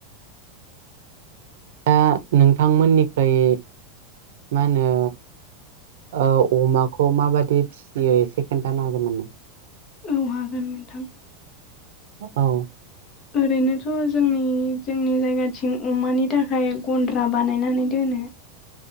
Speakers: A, on the right; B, on the left.
A: दा नोंथांमोननिखैइ मा होनो? ओ अमाखौ माबायदि फिसियो एसे खोन्थानो हागोन नामा?
B: औ हागोन नोंथां
A: औ
B: ओरैनोथ' जोंनि- जोंनि जायगाथिं अमानि थाखाय गन्द्रा बानायनानै दोनो